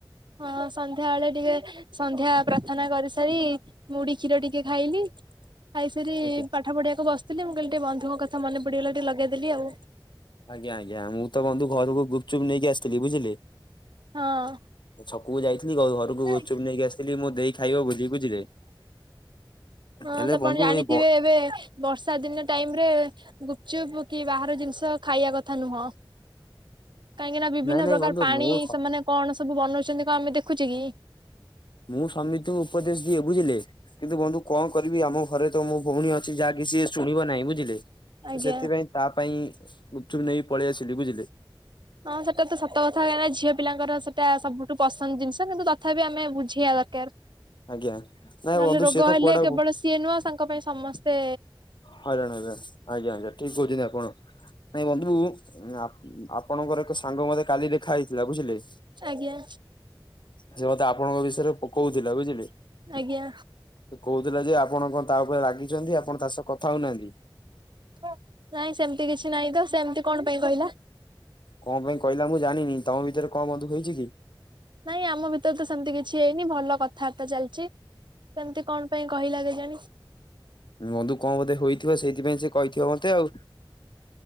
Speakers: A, on the right (about 60°); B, on the left (about 65°).
A: ହଁ ସନ୍ଧ୍ୟାବେଳେ ଟିକେ ସନ୍ଧ୍ୟା ପ୍ରାର୍ଥନା କରିସାରି, ମୁଡି କ୍ଷୀର ଟିକେ ଖାଇଲି। ଖାଇସାରି
B: ଆଜ୍ଞା
A: ପାଠ ପଢିବାକୁ ବସିଥିଲି, ମୁଁ କହିଲି ଟିକେ ବନ୍ଧୁଙ୍କ କଥା ମନେ ପଡିଗଲା ଟିକେ ଲଗେଇଦେଲି ଆଉ।
B: ଆଜ୍ଞା ଆଜ୍ଞା, ମୁଁ ତ ବନ୍ଧୁ ଘରକୁ ଗୁପଚୁପ୍ ନେଇକି ଆସିଥିଲି ବୁଝିଲେ।
A: ହଁ।
B: ଛକକୁ ଯାଇଥିଲି ଘରକୁ
A: ହଁ
B: ଗୁପଚୁପ୍ ନେଇକି ଆସିଥିଲି, ମୋ ଦେଇ ଖାଇବ ବୋଲି ବୁଝିଲେ।
A: ହଁ
B: ହେଲେ
A: ଆପଣ
B: ବନ୍ଧୁ
A: ଜାଣିଥିବେ
B: ଏଇ ବ
A: ଏବେ ବର୍ଷା ଦିନ ଟାଇମ୍ ରେ ଗୁପଚୁପ୍ କି ବାହାର ଜିନିଷ ଖାଇବା କଥା ନୁହଁ। କାହିଁକି ନା ବିଭିନ୍ନ
B: ନାଇଁ ନାଇଁ
A: ପ୍ରକାର
B: ବନ୍ଧୁ
A: ପାଣି,
B: ମୁଁ
A: ସେମାନେ କଣ ସବୁ ବନଉଛନ୍ତି କଣ ଆମେ ଦେଖୁଛେ କି?
B: ମୁଁ ସମିତଙ୍କୁ ଉପଦେଶ ଦିଏ ବୁଝିଲେ। କିନ୍ତୁ ବନ୍ଧୁ କଣ କରିବି, ଆମ ଘରେ ତ ମୋ ଭଉଣୀ ଅଛି ଯାହାକି ସିଏ ଶୁଣିବ ନାହିଁ। ବୁଝିଲେ।
A: ଆଜ୍ଞା
B: ସେଥିପାଇଁ ତା ପାଇଁ ଗୁପଚୁପ୍ ନେଇ ପଳେଇ ଆସିଲି ବୁଝିଲେ।
A: ହଁ ସେଟା ତ ସତ କଥା, କାଇଁ ନା ଝିଅ ପିଲାଙ୍କର ସେଟା ସବୁଠୁ ପସନ୍ଦ ଜିନିଷ କିନ୍ତୁ ତଥାପି ଆମେ ବୁଝିବା ଦରକାର।
B: ଆଜ୍ଞା। ନାଇଁ
A: ନହେଲେ
B: ବନ୍ଧୁ
A: ରୋଗ
B: ସିଏତ
A: ହେଲେ
B: କୁଆଡେ଼
A: କେବଳ ସିଏ ନୁହଁ ତାଙ୍କ ପାଇଁ ସମସ୍ତେ
B: ହଇରାଣ ହେବେ। ଆଜ୍ଞା ଆଜ୍ଞା, ଠିକ କହୁଛି ଆପଣ। ନାଇଁ ବନ୍ଧୁ ଆପ ଆପଣଙ୍କର ଏକ ସାଙ୍ଗ ମତେ କାଲି ଦେଖା ହେଇଥିଲା ବୁଝିଲେ।
A: ଆଜ୍ଞା।
B: ସେ ମତେ ଆପଣଙ୍କ ବିଷୟରେ ପ କଉଥିଲା ବୁଝିଲେ। ସେ
A: ଆଜ୍ଞା
B: କହୁଥିଲା ଯେ ଆପଣ କଣ ତା ଉପରେ ରାଗିଛନ୍ତି। ଆପଣ ତା ସହ କଥା ହଉନାହାନ୍ତି।
A: ନାଇଁ ସେମତି କିଛି ନାଇଁ ତ। ସେ ଏମିତି କଣ ପାଇଁ କହିଲା?
B: କଣ ପାଇଁ କହିଲା ମୁଁ ଜାଣିନି। ତମ ଭିତରେ କଣ ବନ୍ଧୁ ହେଇଚି କି?
A: ନାଇଁ ଆମ ଭିତରେ ତ ସେମିତି କିଛି ହେଇନି। ଭଲ କଥାବାର୍ତ୍ତା ଚାଲିଛି। ସେମିତି କଣ ପାଇଁ କହିଲା କେଜାଣି?
B: ବନ୍ଧୁ କଣ ବୋଧେ ହୋଇଥିବ, ସେଇଥିପାଇଁ ସେ କହିଥିବ ମତେ ଆଉ।